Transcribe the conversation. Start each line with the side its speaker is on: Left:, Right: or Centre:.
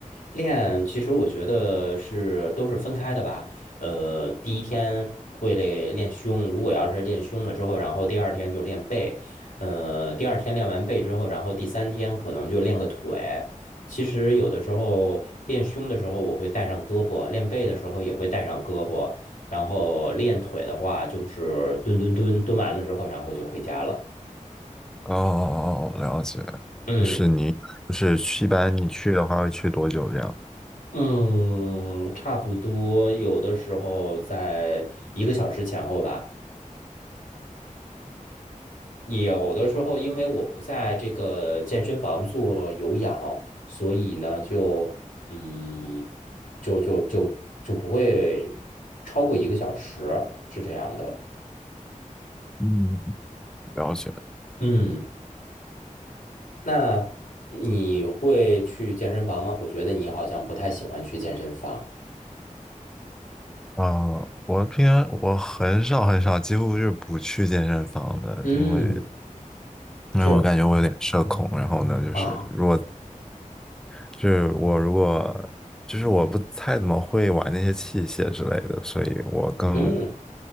Left: 练其实我觉得是都是分开的吧。呃，第一天会练练胸，如果要是练胸了之后，然后第二天就练背。呃，第二天练完背之后，然后第三天可能就练个腿。其实有的时候练胸的时候我会带上胳膊，练背的时候也会带上胳膊，然后练腿的话就是蹲蹲蹲，蹲完了之后然后就回家了。
Centre: 哦，哦哦哦了解，
Left: 嗯。
Centre: 就是你就是去，一般你去的话会去多久这样？
Left: 嗯，差不多，有的时候在一个小时前后吧。有的时候，因为我不在这个健身房做有氧，所以呢，就嗯，就就就就不会超过一个小时，是这样的。
Centre: 嗯，了解。
Left: 嗯，那你会去健身房吗？我觉得你好像不太喜欢去健身房。
Centre: 啊，我平常我很少很少，几乎是不去健身房的，
Left: 嗯，
Centre: 因为因为我感觉我有点社恐。
Left: 确
Centre: 然后呢，就是如果
Left: 啊，
Centre: 就是我如果就是我不太怎么会玩那些器械之类的，所以我更
Left: 嗯，